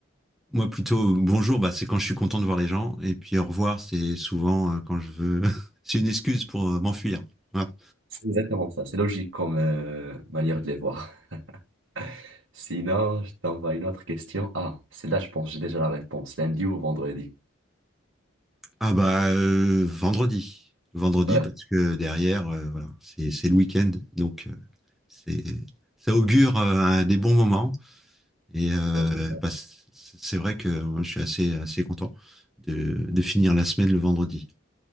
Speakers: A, in the centre; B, on the right (about 70°).
A: moi, plutôt, bonjour, bah, c'est quand je suis content de voir les gens. Et puis, au revoir, c'est souvent euh, quand je veux. <laughs> c'est une excuse pour euh, m'enfuir. Voilà.
B: C'est exactement ça. C'est logique comme euh, manière de les voir. <laughs> Sinon, je t'envoie une autre question. Ah, celle-là, je pense, que j'ai déjà la réponse. Lundi ou vendredi.
A: Ah, bah, euh, vendredi. Vendredi,
B: Ouais,
A: parce que derrière, euh, voilà, c'est c'est le week-end. Donc, euh, c'est ça augure euh, un- des bons moments. Et euh,
B: c'est exactement
A: bah, c'est c'est vrai que moi, je suis assez, assez content de, de finir la semaine le vendredi.